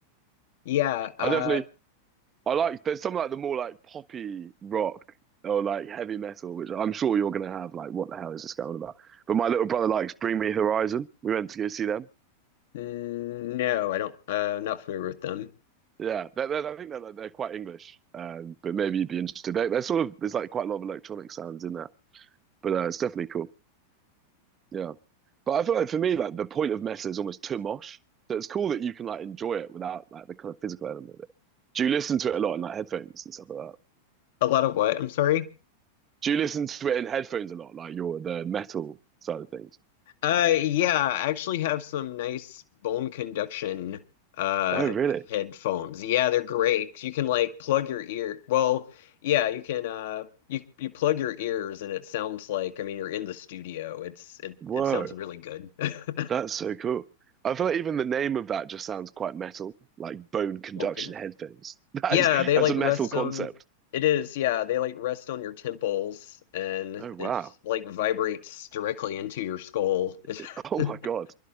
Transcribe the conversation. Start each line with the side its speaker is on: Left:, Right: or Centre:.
Left: yeah, uh,
Right: I definitely I like there's some like the more like poppy rock or like heavy metal, which I'm sure you're gonna have like what the hell is this going on about? But my little brother likes Bring Me Horizon. We went to go see them
Left: no, I don't. Uh, not familiar with them.
Right: Yeah, they're, they're- I think they're, like, they're quite English, um, but maybe you'd be interested. They, they're sort of there's like quite a lot of electronic sounds in there, but uh, it's definitely cool. Yeah, but I feel like for me, like the point of metal is almost too mosh, so it's cool that you can like enjoy it without like the kind of physical element of it. Do you listen to it a lot in like headphones and stuff like that?
Left: A lot of what? I'm sorry.
Right: Do you listen to it in headphones a lot, like your the metal side of things?
Left: Uh, yeah, I actually have some nice bone conduction uh
Right: Oh, really?
Left: headphones. Yeah, they're great. You can like plug your ear. Well, yeah, you can uh you you plug your ears and it sounds like I mean you're in the studio. It's it
Right: Whoa,
Left: it sounds really good. <laughs>
Right: that's so cool. I feel like even the name of that just sounds quite metal, like bone conduction
Left: Bone conduction.
Right: headphones. <laughs> That
Left: Yeah,
Right: is
Left: they
Right: that's
Left: like
Right: a metal
Left: rest
Right: concept.
Left: on it is, yeah, they like rest on your temples and
Right: Oh wow.
Left: it like vibrates directly into your skull.
Right: <laughs> Oh
Left: <laughs>
Right: my God.